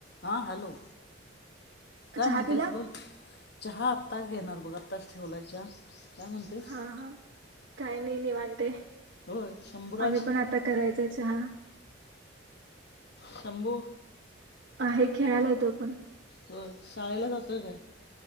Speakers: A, on the left; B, on the right.
A: हां, हॅलो काय
B: चहा
A: म्हणतेस
B: पिला
A: बोल. चहा आत्ताच घेणार बघ आत्ताच ठेवलाय चहा. काय म्हणतेस
B: हा हा काही नाही निवांत आहे.
A: होय शंभूराज
B: आम्ही पण आता करायच चहा.
A: थांबू?
B: आहे खेळायला येतो पण.
A: व्हय शाळेला जातोय काय?